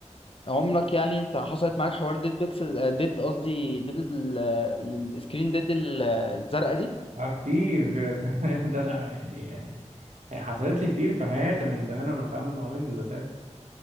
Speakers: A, on the left (about 50°); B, on the right (about 80°).
A: عمرك يعني انت حصلت معاك حوار ديد بيكسل آه، ديد قصدي ديد ال- السكرين ديد ال- الزرقاء دي
B: آه، كتير بي- <laughs> كمان ده انا يعني يعني حصلت لي كتير في حياتي انا من زمان وانا بتعامل مع ويندوز اساسا